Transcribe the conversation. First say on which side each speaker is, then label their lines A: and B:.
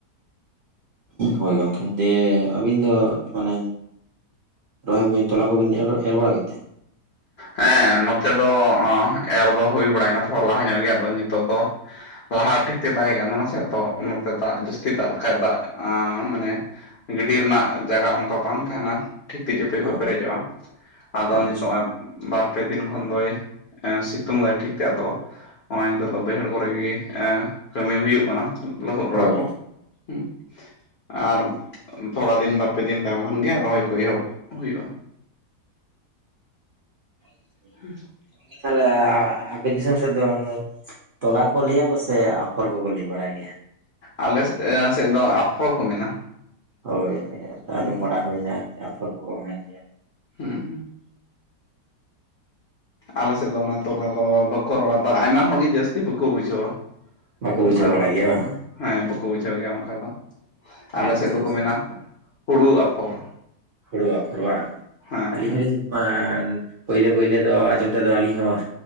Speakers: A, on the right; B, on the left.
A: ᱦᱳᱭ ᱜᱚᱝᱠᱮ ᱫᱤᱭᱮ ᱟᱹᱵᱤᱱ ᱫᱚ ᱢᱟᱱᱮ ᱨᱚᱦᱚᱭ ᱵᱤᱱ ᱛᱚᱞᱟ ᱠᱚᱵᱤᱱ ᱮ ᱮᱨ ᱵᱟᱲᱟ ᱠᱮᱫ ᱛᱮ?
B: ᱦᱮᱸ ᱱᱚᱛᱮ ᱫᱚ ᱮᱨ ᱫᱚ ᱦᱩᱭ ᱵᱟᱲᱟᱭᱮᱱᱟ ᱛᱷᱚᱲᱟ ᱞᱟᱦᱟ ᱧᱚᱜ ᱜᱮ ᱟᱫᱚ ᱱᱤᱛᱚᱜ ᱫᱚ ᱞᱟᱦᱟ ᱴᱷᱤᱠ ᱛᱮ ᱫᱟᱜᱮᱜ ᱠᱟᱱ ᱛᱟᱦᱮᱱᱟ ᱥᱮ ᱛᱚ ᱱᱚᱛᱮ ᱫᱟᱜ ᱡᱟᱹᱥᱛᱤ ᱫᱟᱜ ᱞᱮᱠᱷᱟᱡ ᱫᱟᱜ ᱟᱸᱻ ᱢᱟᱱᱮ ᱜᱤᱰᱤ ᱨᱮᱱᱟᱜ ᱡᱟᱭᱜᱟ ᱚᱱᱠᱟ ᱵᱟᱝ ᱛᱟᱦᱮᱱᱟ ᱴᱷᱤᱠ ᱛᱤᱡᱩᱯᱟᱹᱭ ᱠᱚ
A: ᱚ
B: ᱯᱮᱨᱮᱡᱚᱜᱼᱟ ᱟᱫᱚ ᱱᱤᱛᱚᱜ
A: ᱟᱪᱪᱷᱟ
B: ᱵᱟᱨᱯᱮ ᱫᱤᱱ ᱠᱷᱚᱱ ᱫᱚᱭ ᱥᱤᱛᱩᱝ ᱵᱟᱭ ᱴᱷᱤᱠ ᱠᱟᱜ ᱫᱚ ᱱᱚᱜᱼᱚᱭ ᱱᱤᱛᱚᱜ ᱫᱚ ᱵᱟᱹᱭᱦᱟᱹᱲ ᱠᱚᱨᱮᱜ ᱜᱮ ᱮ ᱠᱟᱹᱢᱤ ᱦᱩᱭᱩᱜ ᱠᱟᱱᱟ ᱞᱟᱹᱦᱩᱫ ᱵᱟᱲᱟ
A: ᱦᱳᱭ
B: ᱠᱚ। ᱦᱮᱸ। ᱟᱨ ᱛᱷᱚᱲᱟ ᱫᱤᱱ ᱵᱟᱨᱯᱮ ᱫᱤᱱ ᱛᱟᱭᱚᱢ ᱠᱷᱟᱱᱜᱮ ᱨᱚᱦᱚᱭ ᱠᱚ ᱮᱦᱚᱵ ᱦᱩᱭᱩᱜᱼᱟ
A: <unintelligible>
B: ᱦᱮᱸ
A: ᱛᱟᱞᱷᱮ ᱟᱯᱮ ᱫᱤᱥᱚᱢ ᱥᱮᱫ ᱫᱚ ᱛᱚᱞᱟ ᱠᱚ ᱞᱟᱹᱭᱟ ᱠᱚ ᱥᱮ ᱟᱯᱷᱚᱨ ᱠᱚᱠᱚ ᱞᱟᱹᱭ ᱵᱟᱲᱟᱭ ᱜᱮᱭᱟ
B: ᱟᱞᱮ ᱥᱮᱫ ᱫᱚ ᱟᱯᱷᱚᱨ ᱠᱚ ᱢᱮᱱᱟ
A: ᱦᱳᱭ
B: ᱦᱩᱸ
A: ᱟᱸᱡᱚᱢ
B: ᱦᱩᱸ
A: ᱵᱟᱲᱟ ᱦᱩᱭᱱᱟ ᱟᱯᱷᱚᱨ ᱠᱚᱠᱚ ᱢᱮᱱ ᱜᱮᱭᱟ
B: ᱦᱮᱸ ᱦᱮᱸ ᱟᱞᱮᱥᱮᱫ ᱫᱚ, ᱚᱱᱟ ᱛᱚᱞᱟ ᱫᱚ ᱵᱟᱠᱚ ᱨᱚᱲᱟ, ᱵᱟ ᱟᱭᱢᱟ ᱦᱚᱲᱜᱮ ᱡᱟᱹᱥᱛᱤ ᱵᱟᱠᱚ ᱵᱩᱡᱷᱟᱹᱣ-ᱟ᱾
A: ᱵᱟᱠᱚ
B: ᱚᱱᱠᱟ
A: ᱵᱩᱡᱷᱟᱹᱣ
B: ᱨᱚᱲ,
A: ᱵᱟᱲᱟᱭ ᱜᱮᱭᱟ ᱵᱟᱝ
B: ᱦᱮᱸ ᱵᱟᱠᱚ ᱵᱩᱡᱷᱟᱹᱣ ᱜᱮᱭᱟ, ᱚᱱᱠᱟ ᱫᱚ᱾ ᱟᱞᱮ
A: ᱟᱪᱪᱷᱟ
B: ᱥᱮᱫ ᱫᱚᱠᱚ
A: ᱟᱪᱪᱷᱟ
B: ᱢᱮᱱᱟ᱾ ᱦᱩᱲᱩ ᱟᱯᱷᱚᱨ᱾
A: ᱦᱩᱲᱩ ᱟᱠᱦᱚᱨ ᱵᱟᱝ?
B: ᱦᱮᱸ
A: ᱟᱹᱞᱤᱧ ᱦᱚᱞᱤᱧ ᱯᱳᱭᱞᱳ, ᱯᱳᱭᱞᱳ ᱫᱚ ᱟᱸᱡᱚᱢ ᱛᱮᱫᱚ ᱟᱹᱞᱤᱧ ᱦᱚᱸ